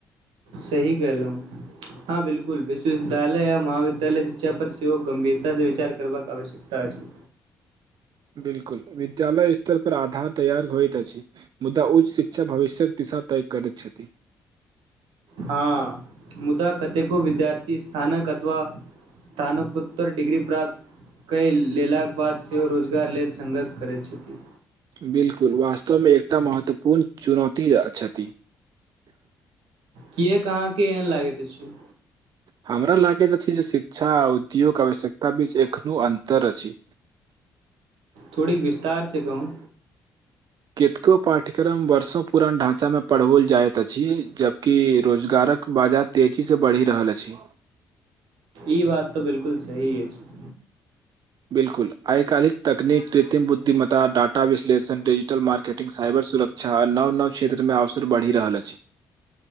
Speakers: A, on the right; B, on the right.
A: सही कहलहु हाँ बिल्कुल विश्व विद्यालय आ महाविद्यालय शिक्षा पर सेहो गंभीरता से विचार करबाक आवश्यकता अछि
B: बिल्कुल विद्यालय स्तर पर आधार तैयार होइत अछि मुद्दा उच्च शिक्षा भविष्य्यक तय करैत छथि
A: हाँ मुदा कतेको विद्यार्थी स्थानक व स्थानकोत्तर डिग्री प्राप्त कैल लेलाक बाद सेहो रोजगार लेल संघर्ष करैत छथि
B: बिल्कुल वास्तवमे एकटा महत्वपूर्ण चुनौती अछथि
A: किएक अहाँके एहन लागैत अछि
B: हमरा लागैत अछि जे शिक्षा आ उद्योग आवश्यकता बीच एखनो अन्तर अछि
A: थोड़ी विस्तार से कहू
B: कियो पाठ्यक्रम वर्षों पुरान ढांचा मे पढबओल जायइत अछि जबकि रोजगारक बाज तेजी से बढ़ि रहल अछि
A: ई बात तऽ बिलकुल सहीये छै
B: बिल्कुल आयकालिक तकनीक कृत्रिम बुद्धिमतता डाटा विश्लेषण डिजिटल मार्केटिंग साइबर सुरक्षा आ नव नव क्षेत्र मे अवसर बढ़ि रहल अछि